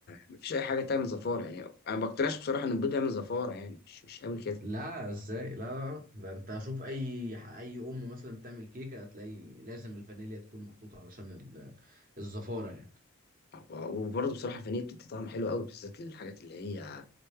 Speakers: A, on the left; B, on the right.
A: مفيش اي حاجه تعمل زفاره يعني انا ما بقتنعش بصراحه ان البيض يعمل زفاره يعني مش مش قوي كده
B: لا ازاي لا لا، لا. ده انت اشوف اي ح- اي ام مثلا بتعمل كيكة هتلاقي لازم الفانيليا تكون محطوطة علشان ال- الزفارة
A: وبرضه بصراحه الفانيليا بتدي طعم حلو قوي بالذات للحاجات اللي هي